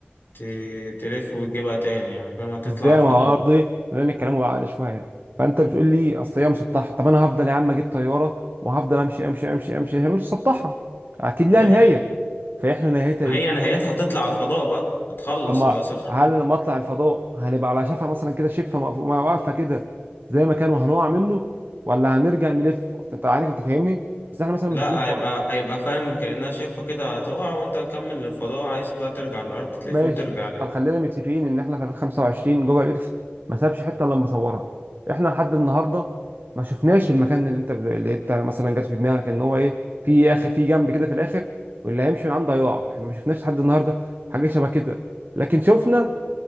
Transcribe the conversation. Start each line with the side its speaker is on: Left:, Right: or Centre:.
Left: ت- تلف وتجيبها تاني يعني فاهم هتطلع
Right: ازاي
Left: على الفضاء
Right: ما هو ارضي لان الكلام بعقل شوية فانت بتقول لي اصل هي مسطحة طب انا هفضل يا عم اجيب طيارة وهفضل امشي امشي امشي امشي هي مش مسطحة اكيد لها
Left: ماشي
Right: نهاية فاحنا نهايتها
Left: ما
Right: ايه؟
Left: هي نهايتها هتطلع على الفضاء بقى هتخلص
Right: اما
Left: خلاص الأرض
Right: هل لما اطلع الفضاء هنبقى على شفا مثلا كده شفه مقف- واقفه كده زي ما كان وهنقع منه ولا هنرجع نلف اصل انت عارف انت فاهمني بس احنا مثلا
Left: لا
Right: مش شفناش
Left: هيبقى
Right: بره.
Left: هيبقى فاهم كأنها شفة كده هتقع وانت هتكمل للفضاء عايز بقى ترجع للأرض تلف
Right: ماشي
Left: وترجع
Right: طب خلينا متفقين ان احنا في 2025 جوجل ايرث ما سابش حته الا لما صورها احنا لحد النهارده ما شفناش المكان اللي انت اللي انت مثلا جت في دماغك ان هو ايه في اخر في جنب كده في الاخر واللي هيمشي من عنده هيقع احنا ما شفناش لحد النهارده حاجه شبه كده لكن شفنا